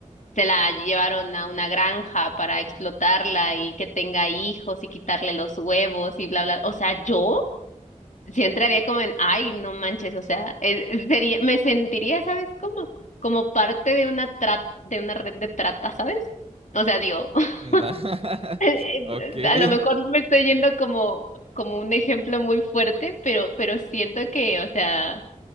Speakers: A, on the left (about 65°); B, on the right (about 45°).
A: se la llevaron a una granja para explotarla y que tenga hijos y quitarle los huevos y bla bla." O sea, yo sí entraría como en, ay, no manches, o sea, es- sería, me sentiría, ¿sabes cómo? Como parte de una tra- de una red de trata, ¿sabes? O sea, digo,
B: Na-
A: <laughs>
B: <laughs> Ok.
A: a lo mejor me estoy yendo como, como un ejemplo muy fuerte, pero, pero siento que, o sea,